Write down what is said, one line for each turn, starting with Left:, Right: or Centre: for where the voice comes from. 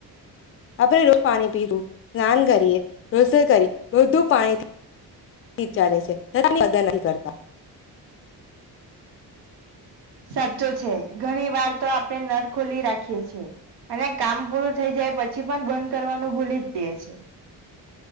Left: આપણે રોજ પાણી પીવું સ્નાન કરીએ રસોઈ કરી બધું પાણીથી ચાલે છેની મદ કરતી <inaudible>
Right: સાચો છે ઘણી વાર તો આપણે નળ ખોલી રાખીએ છીએ અને કામ પૂરું થઈ જાય પછી પણ બંધ કરવાનું ભૂલી જઈએ છીએ.